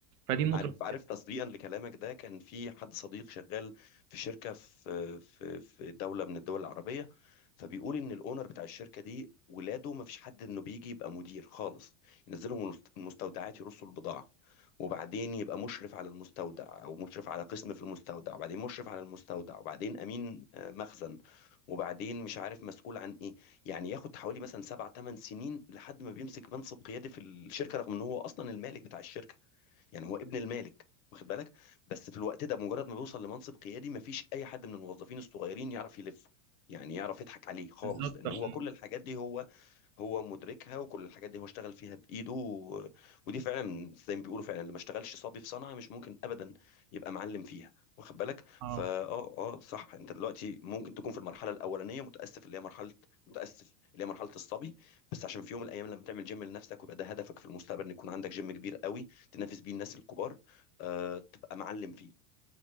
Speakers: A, on the right; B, on the left.
A: فدي النقطة
B: عارف عارف تصديقا لكلامك ده كان في حد صديق شغال في شركه في في في دوله من الدول العربيه فبيقول ان الاونر بتاع الشركه دي ولاده ما فيش حد انه بيجي يبقى مدير خالص ينزلهم المست- المستودعات يرصوا البضاعه وبعدين يبقى مشرف على المستودع او مشرف على قسم في المستودع وبعدين مشرف على المستودع وبعدين امين آه، مخزن وبعدين مش عارف مسؤول عن ايه يعني ياخد حوالي مثلا سبع ثمان سنين لحد ما بيمسك منصب قيادي في الشركه رغم ان هو اصلا المالك بتاع الشركه يعني هو ابن المالك واخد بالك بس في الوقت ده مجرد ما بيوصل لمنصب قيادي مفيش اي حد من الموظفين الصغيرين يعرف يلفه يعني يعرف يضحك عليه خالص
A: بالظبط
B: لان
A: عشان
B: هو كل الحاجات دي هو هو مدركها وكل الحاجات دي هو اشتغل فيها بايده و... ودي فعلا زي ما بيقولوا فعلا اللي ما اشتغلش صبي في صنعه مش ممكن ابدا يبقى معلم فيها واخد بالك
A: اه
B: فا اه اه صح انت دلوقتي ممكن تكون في المرحله الاولانيه متاسف اللي هي مرحله متاسف اللي هي مرحله الصبي بس عشان في يوم من الايام لما تعمل جيم لنفسك ويبقى ده هدفك في المستقبل ان يكون عندك جيم كبير قوي تنافس بيه الناس الكبار آه تبقى معلم فيه